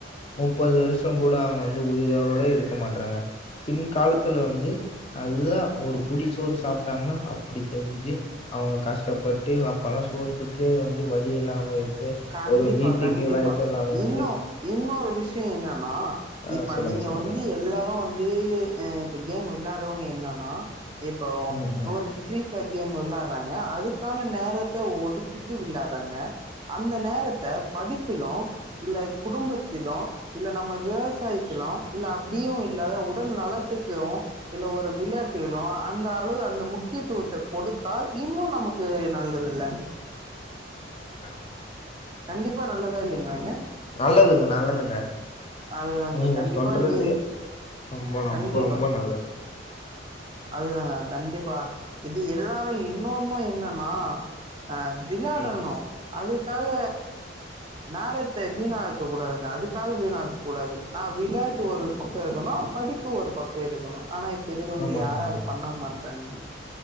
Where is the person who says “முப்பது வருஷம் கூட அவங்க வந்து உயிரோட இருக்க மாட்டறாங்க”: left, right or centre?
Left